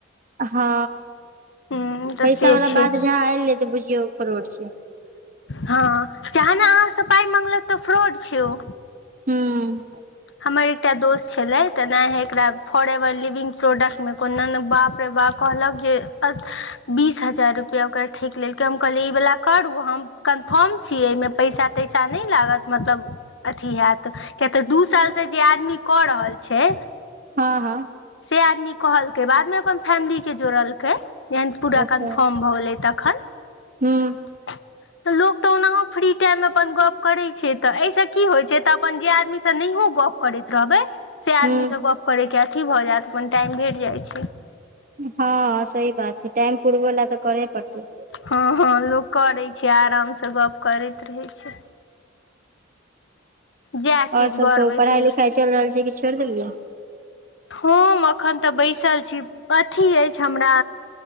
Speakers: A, on the right; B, on the left.
A: हँ
B: हूँ तऽ
A: पैसा
B: से
A: वला
B: छै
A: बात जहाँ एलै तऽ बुझियौ फरोड छियै।
B: हँ जहने अहाँसँ पाइ मगलक तऽ फ्रॉड छै ओ।
A: हूँ।
B: हमर एकटा दोस्त। छलै तेनाहे एकरा फॉर एवर लिविंग प्रोडक्टमे कोनाने बाप रे बाप कहलक जे। बीस हजार रुपैआ ओकरा ठकि लेलकै हम कहलियै ई वला करू हम कन्फर्म छीयै एहिमे। पैसा तैसा नहि लागत मतलब अथी हैत। किया तऽ दू साल सऽ जे आदमी कऽ रहल छै।
A: हँ हँ।
B: से आदमी कहलकै बादमे अपन फैमिली के जोड़लकै। पूरा
A: अच्छा
B: कन्फर्म भऽ गेलै तखन
A: हूँ
B: तऽ लोक तऽ ओनाहो फ्री। टाइम मे अपन गप करै छै तऽ एहि से की होइ तऽ अपन जे आदमी। से नहियो गप करैत रहबै से आदमीसँ
A: हूँ
B: गप करय के अथी भऽ जायत अपन टाइम भेट जाइ छै।
A: हँ सही बात से टाइम पुड़बऽला तऽ करै। परतै।
B: हँ हँ लोक करै छै आरामसँ गप करैत रहै छै। जएह
A: और
B: किछ
A: सब
B: घर
A: कहु
B: बैसल।
A: पढ़ाई लिखाई चलि रहल छै कि छोड़ि देलियै।
B: हम एखन तऽ बैसल छी अथी अछि हमरा।